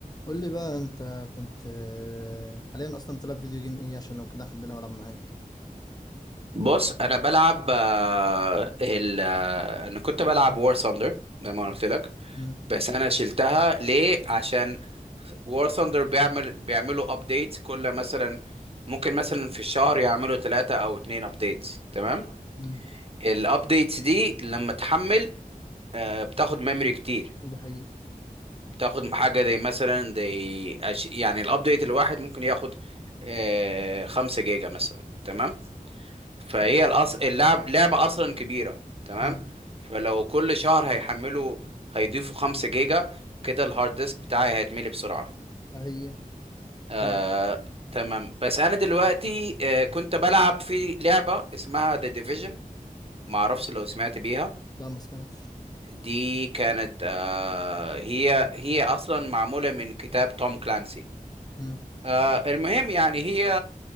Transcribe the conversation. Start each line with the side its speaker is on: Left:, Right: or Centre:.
Left: قول لي بقى انت كنت آه، حاليا اصلا بتلعب فيديو جيم ايه عشان لو كده هحملها والعب معاك
Right: بص انا بلعب آه، ال آه، انا كنت بلعب وور ثاندر زي ما أنا قلت لك
Left: امم
Right: بس انا شلتها ليه عشان وور ثاندر بيعمل بيعملوا ابديت كل مثلا ممكن مثلا في الشهر يعملوا ثلاثة او اتنين ابديت تمام
Left: امم
Right: الابديتس دي لما تحمل آه، بتاخد ميموري كتير
Left: ده حقيقة
Right: بتاخد حاجة زي مثلا زي أش- يعني الابديت الواحد ممكن ياخد آه، خمسة جيجا مثلا تمام فهي الأص... اللعب لعبة أصلا كبيرة تمام
Left: امم
Right: فلو كل شهر هيحملوا هيضيفوا خمسة جيجا كده الهارد ديسك بتاعي هيتملي بسرعة
Left: ده حقيقة
Right: آه...
Left: طب
Right: تمام بس أنا دلوقتي آه... كنت بلعب في لعبة اسمها The Division معرفش لو سمعت بيها
Left: لا ما سمعتش
Right: دي كانت آه... هي هي أصلا معمولة من كتاب توم كلانسي
Left: امم
Right: آه... المهم يعني هي